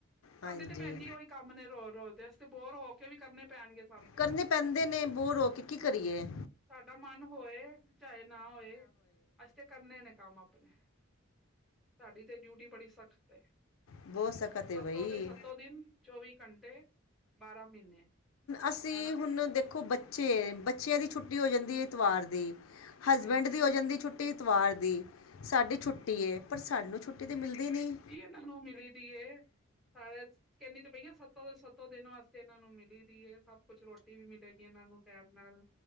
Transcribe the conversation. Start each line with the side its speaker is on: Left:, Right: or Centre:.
Centre: ਸਾਡੇ
Left: ਹਾਂਜੀ
Centre: ਤੇ ਭੈਣ ਜੀ ਉਹੀ ਕੰਮ ਨੇ ਰੋ ਰੋਜ਼ ਦੇ ਅਸੀਂ, ਤੇ ਬੋਰ ਹੋ ਕੇ ਵੀ ਕਰਨੇ ਪੈਣਗੇ ਸਾਨੂੰ ਤੇ
Left: ਕਰਨੇ
Centre: ਕੰਮ।
Left: ਪੈਂਦੇ ਨੇ ਬੋਰ ਹੋ ਕੇ ਕੀ
Centre: ਹਾਂ
Left: ਕਰੀਏ
Centre: ਸਾਡਾ ਮਨ ਹੋਏ ਤੇ ਚਾਹੇ ਨਾ ਹੋਏ ਅਸੀਂ ਤੇ, ਕਰਨੇ ਨੇ ਕੰਮ ਆਪਣੇ ਸਾਡੀ ਤੇ ਡਿਊਟੀ ਬੜੀ ਸਖਤ
Left: ਬਹੁਤ ਸਖਤ
Centre: ਸੱਤੋਂ
Left: ਹੈ ਬਈ
Centre: ਦੇ ਸੱਤੋਂ ਦਿਨ ਚੌਵੀ ਘੰਟੇ। ਬਾਰਾਂ ਮਹੀਨੇ।
Left: ਅਸੀਂ
Centre: ਹੈਨਾ
Left: ਹੁਣ ਦੇਖੋ ਬੱਚੇ ਬੱਚਿਆਂ ਦੀ ਛੁੱਟੀ ਹੋ ਜਾਂਦੀ ਐ ਐਤਵਾਰ ਦੀ। ਹਸਬੈਂਡ
Centre: ਹਾਂਜੀ
Left: ਦੀ ਹੋ ਜਾਂਦੀ ਛੁੱਟੀ ਇਤਵਾਰ ਦੀ ਸਾਡੀ
Centre: ਹਾਂ
Left: ਛੁੱਟੀ ਹੈ, ਪਰ ਸਾਨੂੰ ਛੁੱਟੀ ਤੇ ਮਿਲਦੀ ਨਹੀਂ।
Centre: ਮੈਨੂੰ, ਮਿਲੀ ਦੀ ਐ ਸਾਰੇ ਕਹਿੰਨੀ ਤੇ ਪਈ ਆਂ, ਸੱਤੋਂ -ਸੱਤੋਂ ਦਿਨ ਵਾਸਤੇ ਇਹਨਾਂ ਨੂੰ ਮਿਲੀ ਦੀ ਹੈ, ਸਭ ਕੁਛ, ਰੋਟੀ ਵੀ ਮਿਲੇਗੀ ਇਹਨਾਂ ਨੂੰ ਟਾਈਮ ਨਾਲ,